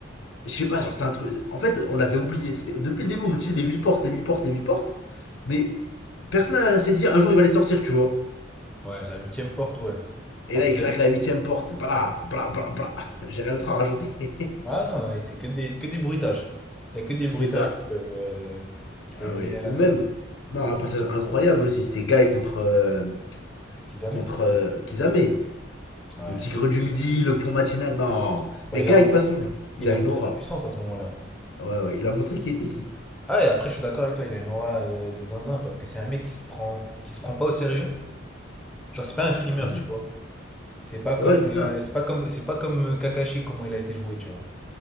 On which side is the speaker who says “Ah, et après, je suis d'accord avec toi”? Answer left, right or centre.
Centre